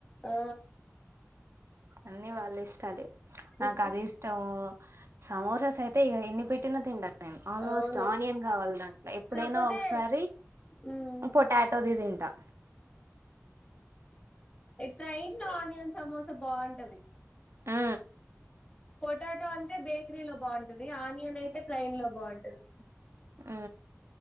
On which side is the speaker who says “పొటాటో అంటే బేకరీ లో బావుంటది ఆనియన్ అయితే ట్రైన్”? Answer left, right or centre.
Left